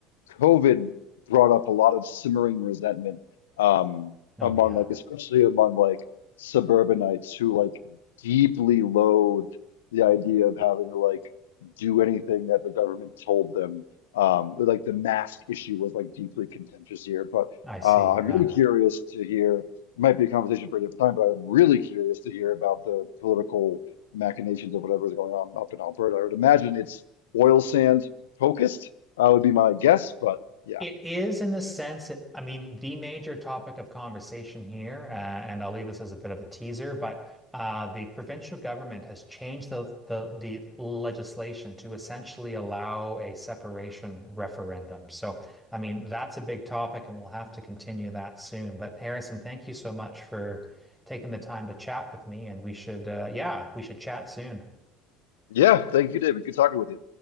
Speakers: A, on the left; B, in the centre.
A: COVID brought up a lot of simmering resentment um,
B: Oh
A: among
B: yeah,
A: like especially among like suburbanites who like deeply loathed the idea of having to like do anything that the government told them. Um, like the mask issue was like deeply contentious here, but
B: I see.
A: uh, I'm
B: Yeah.
A: really curious to hear. It might be a conversation for a different time, but I'm really curious to hear about the political machinations of whatever is going on up in Alberta. I would imagine it's oil sand focused uh, would be my guess. But yeah,
B: It is in the sense that, I mean, the major topic of conversation here, uh, and I'll leave this as a bit of a teaser, but uh, the provincial government has changed the, the the legislation to essentially allow a separation referendum. So, I mean, that's a big topic, and we'll have to continue that soon. But Harrison, thank you so much for taking the time to chat with me, and we should, uh, yeah, we should chat soon.
A: yeah. Thank you, David. Good talking with you.